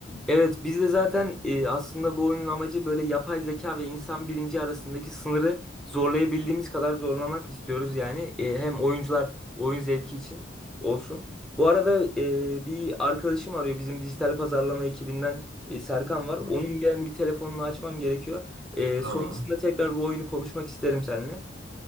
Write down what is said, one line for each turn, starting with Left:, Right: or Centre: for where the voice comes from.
Centre: Evet biz de zaten e, aslında bu oyunun amacı böyle yapay zeka ve insan bilinci arasındaki sınırı zorlayabildiğimiz kadar zorlamak istiyoruz yani E, hem oyuncular oyun zevki için olsun. Bu arada e, bir arkadaşım arıyor bizim dijital pazarlama ekibinden e, Serkan var.
Right: Hı
Centre: Onun
Right: hı.
Centre: ben bir telefonunu açmam gerekiyor. E,
Right: Tamam.
Centre: sonrasında tekrar bu oyunu konuşmak isterim seninle.